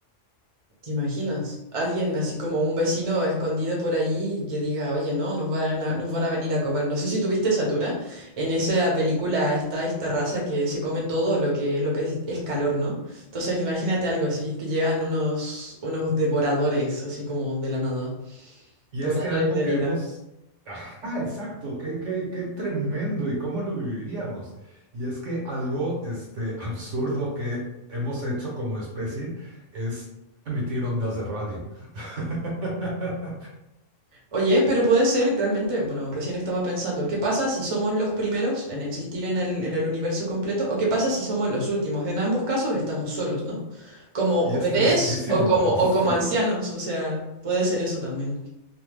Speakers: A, on the right; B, on the right.
A: ¿Te imaginas? Alguien así como un vecino escondido por ahí que diga, oye, no, nos van a, nos van a venir a comer. No sé si tuviste Satura. En esa película está esta raza que se come todo lo que, lo que es, es calor, ¿no? Entonces imagínate algo así, que llegan unos, unos devoradores, así como de la nada.
B: Y
A: Devoradores
B: es que algo
A: de
B: que
A: vida.
B: hemos... Ajá, exacto, qué, qué, qué tremendo y cómo lo viviríamos. Y es que algo este, absurdo que hemos hecho como especie es emitir ondas de radio. <laughs>
A: Oye, pero puede ser realmente, bueno, recién estaba pensando, ¿qué pasa si somos los primeros en existir en el, en el universo completo? ¿O qué pasa si somos los últimos? En ambos casos estamos solos, ¿no? Como
B: Y es
A: bebés
B: tristísimo.
A: o como,
B: <laughs> Sí,
A: o como ancianos, o sea, puede ser eso también.